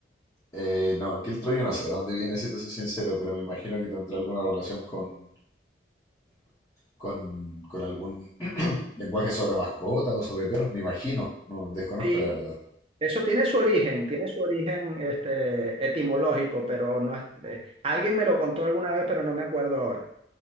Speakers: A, on the left; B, on the right.
A: Eh, no, quiltro yo no sé de dónde viene, si te soy sincero, pero me imagino que tendrá alguna relación con, con, con algún <clears throat> lenguaje sobre mascotas o sobre perros, me imagino. No, desconozco
B: Sí,
A: la verdad.
B: eso tiene su origen, tiene su origen este, etimológico, pero no es... eh, alguien me lo contó alguna vez, pero no me acuerdo ahora.